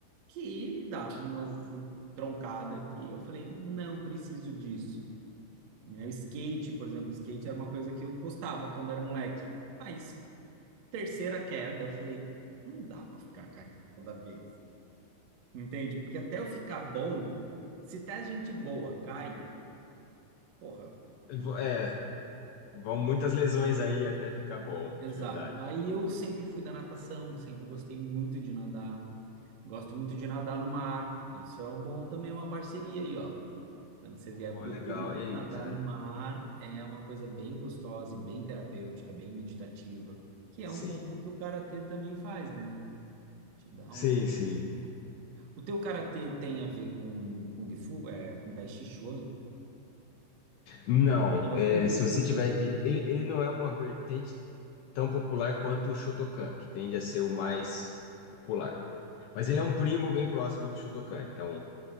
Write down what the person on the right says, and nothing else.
que me davam umas troncadas que eu falei, não preciso disso. Né? O skate, por exemplo, o skate era uma coisa que eu gostava quando era moleque. Mas terceira queda, eu falei, não dá para ficar caindo toda vez. Entende? Porque até eu ficar bom, se até gente boa cai, porra. não
vai
dar certo.
Exato.
Aí eu sempre fui da natação, sempre gostei muito de nadar. Gosto muito de nadar no mar. Isso é um bom também é uma parceria aí, ó. Quando você vier
para
o Rio,
nadar no mar é uma coisa bem gostosa e bem terapêutica, bem meditativa, que
é um pouco o que o karatê também faz, né? Te dá
um.
O teu karatê tem a ver com com Kung Fu, é, com Tai Chi Chuan?
Não, é o
Kung
Fu
que